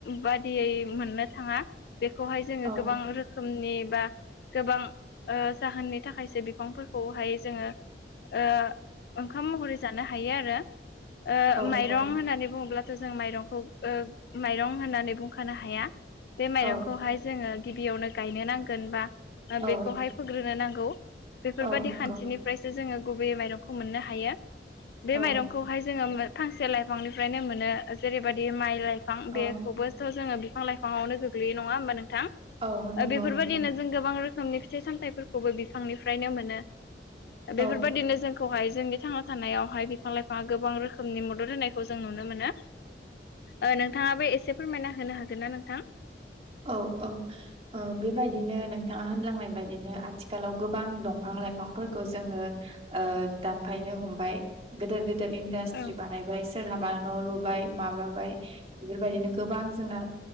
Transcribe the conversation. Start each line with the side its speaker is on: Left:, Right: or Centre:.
Left: बादियै मोननो थाङा बेखौहाय जोङो
Right: ओ
Left: गोबां रो खोमनि बा गोबां ओ जाहोननि थाखायसो बिफांफोरखौहाय जोङो ओ ओंखाम महरै जानो हायो आरो ओ
Right: औ नंगौ
Left: माइरं होननानै बुङोब्ला सो जों माइरंखौ ओ माइरं होननानै बुंखानो हाया बे माइरंखौ
Right: औ
Left: हाय जोङो गिबियावनो गायनो नांगोन बा
Right: औ
Left: बेखौ हाय फोग्रोनो नांगौ। बेफोरबायदि
Right: औ नंगौ
Left: खान्थिनिफ्रायसो जोङो गुबैयै माइरंखौ मोननो हायो बे
Right: औ
Left: माइरं खौहाय जोङो फांसे लाइफांनिफ्रायनो मोनो जेरैबायदि माइ लाइफां
Right: औ
Left: बेखौबो जोङो बिफां लाइफाङावनो गोग्लैयो नङा होमबा नोंथां
Right: औ नंगौ
Left: ओ बेफोरबायदिनो
Right: नंगौ
Left: जों गोबां रोखोमनि फि फिथाइ सामथाइफोरखौबो बिफांनिफ्रायनो मोनो
Right: औ
Left: बेफोरबायदिनो जों खौ हाय जोंनि थांना थानायाव हाय बिफां लाइफाङा गोबां रोखोमनि मदद होनायखौ जों नुनो मोनो। ओ नोंथाङाबो एसे फोरमायना होनो हागोन ना नोंथां?
Right: औ औ ओ बेबायदिनो नोंथाङा होनलांनाय बायदिनो आथिखालाव गोबां दंफां लाइफांफोरखौ जोङो ओ दानफायनो हमबाय गिदिर गिदिर इन्डास्ट्रि
Left: औ
Right: बानायबाय। सोरहाबा न' लुबाय माबाबाय बेफोरबायदिनो गोबां जोंना